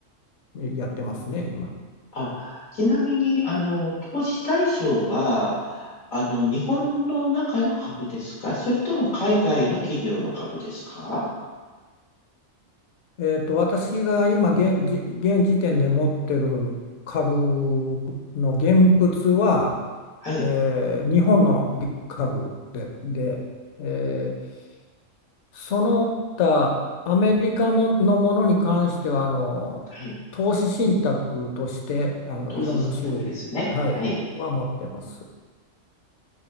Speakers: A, on the left; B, on the left.
A: やってますね、今。
B: あ、ちなみに、あの、投資対象は、あの、日本の中の株ですかそれとも海外の企業の株ですか
A: えーと、私が今現、じ現時点で持ってる株の現物は、
B: はい、
A: えー日本の株で、で、えーその他アメリカものものに関してはあの投資信託としてあのいろんな種類、
B: はい、投資信託ですね。
A: はい、
B: はい。
A: は持ってます。